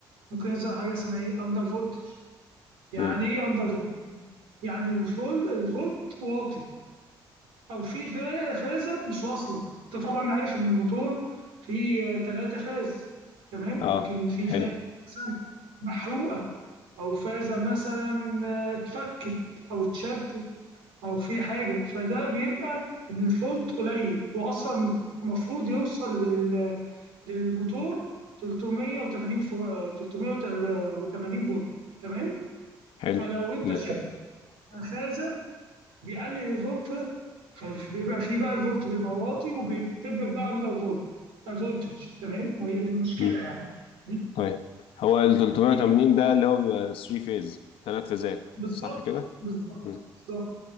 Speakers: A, on the right; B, on the left.
A: ممكن يظهر حاجه اسمها ايه اندر فولتج يعني
B: امم
A: ايه اندر فولتج يعني الفول الفولت واطي او في فا- فازه مش واصله انت طبعا عارف ان الموتور فيه ثلاثه فاز تمام
B: اه
A: ممكن في
B: حلو
A: فازه مثلا محروقه او فازه مثلا آه، اتفكت او اتشدت او في حاجه فده بيبقى ان الفولت قليل واصلا المفروض يوصل لل... للموتور 380 فو... 380 فولت تمام
B: حلو
A: فلو انت
B: لا
A: شلت فازه بيقلل الفولت فبيبقى فيه بقى الفولت بيبقى واطي وبيكتب لك بقى اندر فولت فولتج تمام وهي دي المشكله
B: امم
A: يعني دي
B: طيب هو ال 380
A: دي كانت-
B: ده اللي هو بيبقى 3 فيز ثلاث فيزات
A: بالظبط
B: صح كده؟
A: بالظبط
B: امم
A: بالظبط